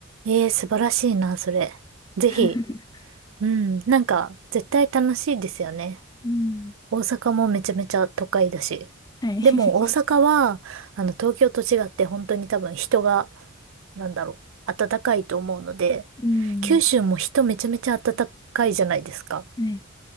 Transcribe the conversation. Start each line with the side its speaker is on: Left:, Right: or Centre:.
Right: えー、素晴らしいな、それ。ぜひ。
Left: <laughs>
Right: うん。なんか、絶対楽しいですよね。
Left: うん。
Right: 大阪もめちゃめちゃ都会だし。
Left: はい。<laughs>
Right: でも大阪は、あの、東京と違って本当に多分人が、なんだろう、暖かいと思うので、
Left: うん。
Right: 九州も人めちゃめちゃ暖かいじゃないですか。
Left: はい。